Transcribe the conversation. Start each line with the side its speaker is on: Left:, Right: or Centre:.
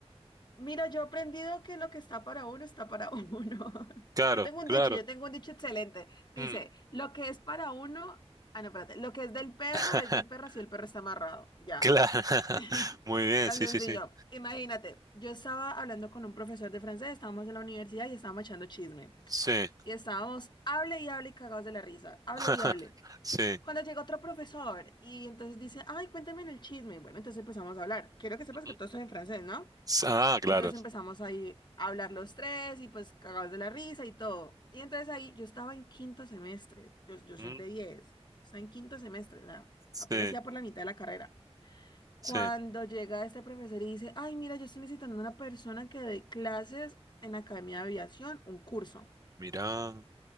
Left: Mira, yo he aprendido que lo que está para uno está para uno. <laughs>
Right: Claro,
Left: Yo tengo un
Right: claro.
Left: dicho, yo tengo un dicho excelente. Dice,
Right: mm,
Left: lo que es para uno, ah, no, espérate, lo que es del perro
Right: <laughs>
Left: es del perro si el perro está amarrado. Ya.
Right: Claro. <laughs>
Left: <laughs>
Right: Muy bien,
Left: Tan
Right: sí,
Left: sencillo.
Right: sí, sí.
Left: Imagínate, yo estaba hablando con un profesor de francés, estábamos en la universidad y estábamos echando chisme.
Right: Sí.
Left: Y estábamos, hable y hable, y cagados de la risa, hable
Right: <laughs>
Left: y hable.
Right: Sí.
Left: Cuando llega otro profesor y entonces dice, ay, cuéntame el chisme. Bueno, entonces empezamos a hablar. Quiero que sepas
Right: Ujú.
Left: que todo esto es en francés, ¿no?
Right: Ah, claro.
Left: Entonces empezamos ahí a hablar los tres y pues cagados de la risa y todo. Y entonces ahí yo estaba en quinto semestre, yo, yo soy
Right: Mm,
Left: de diez estaba en quinto semestre, o sea,
Right: Sí,
Left: apenas iba por la mitad de la carrera. Cuando
Right: sí.
Left: llega este profesor y dice, ay, mira, yo estoy necesitando una persona que dé clases en la Academia de Aviación, un curso.
Right: Mirá.